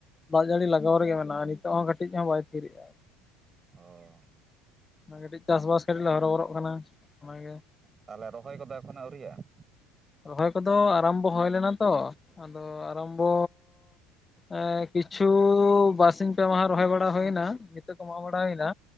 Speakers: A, on the left (about 20°); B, on the right (about 25°).
A: ᱫᱟᱜ ᱡᱟᱹᱲᱤ ᱞᱟᱜᱟᱣ ᱨᱮᱜᱮ ᱢᱮᱱᱟᱜᱼᱟ, ᱱᱤᱛᱚᱜ ᱦᱚᱸ ᱠᱟᱹᱴᱤᱡ ᱦᱚᱸ ᱵᱟᱭ ᱛᱷᱤᱨ ᱮᱜᱼᱟᱭ ᱾
B: ᱚᱸᱻ
A: ᱚᱱᱟ ᱠᱟᱹᱴᱤᱡ ᱪᱟᱥᱵᱟᱥ ᱠᱟᱹᱴᱤᱡ ᱞᱮ ᱦᱚᱨᱚᱵᱚᱨᱚᱜ ᱠᱟᱱᱟ ᱚᱱᱟᱜᱮ ᱾
B: ᱛᱟᱦᱞᱮ ᱨᱚᱦᱚᱭ ᱠᱚᱫᱚ ᱮᱠᱷᱚᱱᱚ ᱟᱹᱣᱨᱤᱭᱟᱜᱼᱟ?
A: ᱨᱚᱦᱚᱭ ᱠᱚᱫᱚ ᱟᱨᱟᱢᱵᱚ ᱦᱚᱭ ᱞᱮᱱᱟ ᱛᱚ, ᱟᱫᱚ ᱟᱨᱟᱢᱵᱚᱻ ᱮ ᱠᱤᱪᱷᱩᱻ ᱵᱟᱨᱥᱤᱧ ᱯᱮ ᱢᱟᱦᱟ ᱨᱚᱦᱚᱭ ᱵᱟᱲᱟ ᱦᱩᱭᱱᱟ ᱾ ᱱᱤᱛᱚᱜ ᱫᱚ ᱢᱟᱜ ᱵᱟᱲᱟ ᱦᱩᱭᱱᱟ,